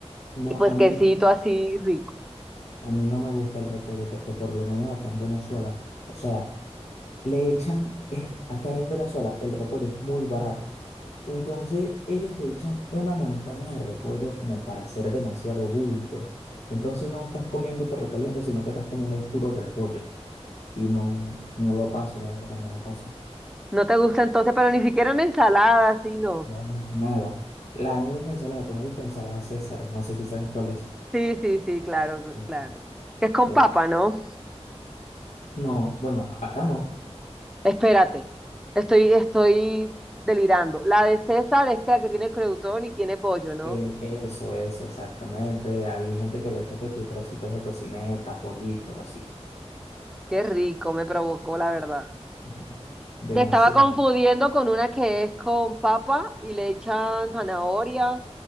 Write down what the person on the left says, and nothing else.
No,
a
mí,
a mí no me gusta el repollo porque por lo menos acá en Venezuela, o sea, le echan, es- acá en Venezuela el repollo es muy barato. Entonces ellos te echan una montaña de repollo como para hacer demasiado bulto. Entonces no estás comiendo perro caliente, sino que estás comiendo el puro repollo. Y no, no lo paso, la verdad, no lo paso.
No, nada. La única ensalada que me gusta es ensalada César. No sé si sabes cuál es.
Ya sé.
Eh,
no, bueno, acá no.
Eh, eso, eso, exactamente. Hay gente que le echa que sí, trocitos de tocineta, pollito, así.
Ujú. Demasiado.